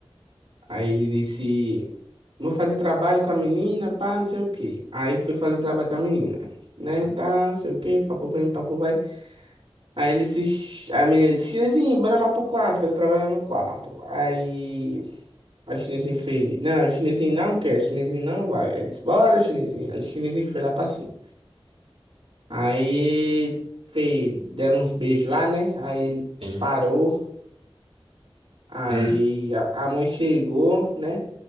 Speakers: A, on the right; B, on the right.
A: aí ele disse, vou fazer trabalho com a menina, pá, não sei o quê. Aí foi fazer o trabalho com a menina, né,
B: Hum,
A: tá, não sei o quê, papo vem, papo vai. Aí ele se. A menina disse, Chinesinho, bora lá pro quarto, fazer o trabalho lá no quarto. Aí Aí o chinesinho fez, não, o chinesinho não quer, o chinesinho não vai. Aí disse, bora, chinesinho. Aí o chinesinho foi lá pra cima. Aí fez, deram uns beijos lá, né? Aí ele
B: Sim.
A: parou. Aí
B: Hum.
A: a, a mãe chegou, né?